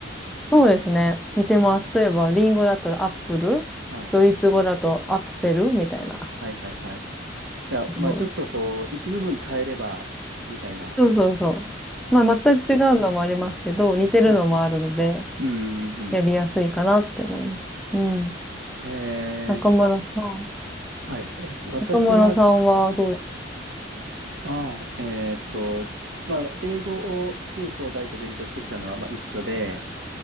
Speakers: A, in the centre; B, on the right (about 75°).
A: そうですね。似てます。例えば、リンゴだったらアップル、
B: はい。
A: ドイツ語だとアッフェルみたいな。
B: はいはいはい。じゃあ、
A: そう
B: まあ、ちょっとこう、一部分変えれば、みたいな。
A: そうそうそう。まあ、全く違うのもありますけど、似てるのもあるので、
B: はい。うんうんう
A: やりやすいかなって思います。うん。
B: ん。えー
A: 中村さん。
B: はい。えっと、私は、
A: 中村さんはどうですか
B: あー、えっと、まあ、英語を中高大と勉強してきたのは、まあ、一緒で、